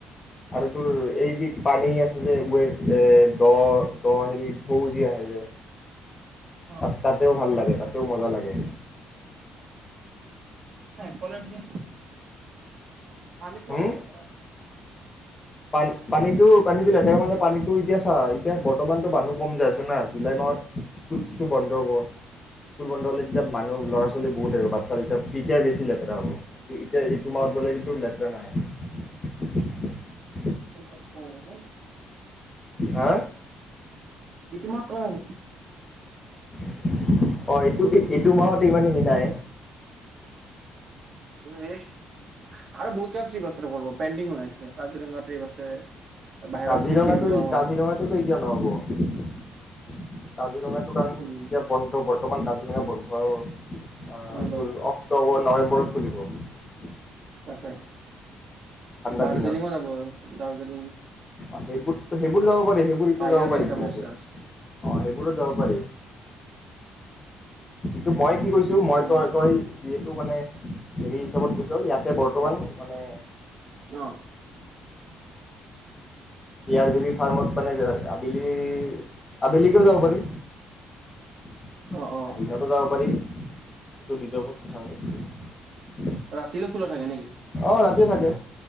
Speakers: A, on the left; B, on the right.
A: আৰু তোৰ এই যি পানী আছে যে গৈ এ দ দ হেৰি ঢৌ যে আহে যে,
B: অ
A: ত তাতেও ভাল লাগে তাত। ও মজা লাগে
B: হ কলমজিন্স পানিটো
A: হুম
B: অলপ লেটেৰা
A: পান পানীটো পানীটো লেতেৰা মানে পানীটো এতিয়া চা এতিয়া বৰ্তমানটো মানুহ কম যাই আছে না জুলাই মাহত স্কুল চিস্কুল বন্ধ হ'ব স্কুল বন্ধ হ'লে তেতিয়া মানুহ ল'ৰা ছোৱালী বহুত আহিব বাটচ্ছা তেতিয়া তেতিয়া বেছি লাগিব। <unintelligible> এতিয়া এইটো মাহত <unintelligible>
B: উম!
A: হা
B: এইটো মাহত কম হ'ব।
A: <inaudible> অ' এইটো এইটো মাহত ইমান সেই নাই
B: আৰু বহুত কাৰ ট্ৰিপ আছে কৰিব পেণ্ডিং হৈ আছে কাজিৰঙা ট্ৰিপ আছে বাহিৰত
A: কাজিৰঙাটো
B: ছিকিম যোৱা হওক
A: কাজিৰঙাটোতো এতিয়া নহব। কজি ৰঙাটো কাৰণ
B: উম
A: এতিয়া বন্ধ বৰ্ত বৰ্তমান কাজিৰঙা বন্ধ আ
B: বন্ধ
A: তোৰ অক্টোবৰ নৱেম্বৰত, খুলিব
B: তাকে
A: ঠাণ্ডা
B: দাৰ্জিলিংও
A: দিনত
B: যাব দাৰ্জিলিং
A: অ' সেইবোৰ সেইবোৰ যাব সেইবোৰ এতিয়া
B: টাইগাৰ
A: যাব পাৰি
B: হিল চাব
A: ধুনীয়াকে
B: ইচ্ছা
A: অ
B: আছে
A: সেইবোৰ বোৰত যাব পাৰি, কিন্তু মই কি কৈছো মই
B: উম
A: তই তই, যিহেতু মানে হেৰি হিচাপত কৈছো ইয়াতে বৰ্তমান মানে
B: অ
A: <unintelligible> <unintelligible> ফাৰ্মত মানে আবেলি আবেলিকেও যাব পাৰি। <unintelligible>
B: অ অ
A: যাব পাৰি। সেইটো নিজৰ ওপৰত কথা আৰু নহ
B: ৰাতিয়ো খোলা থাকে নেকি?
A: অ' ৰাতিয়ো থাকে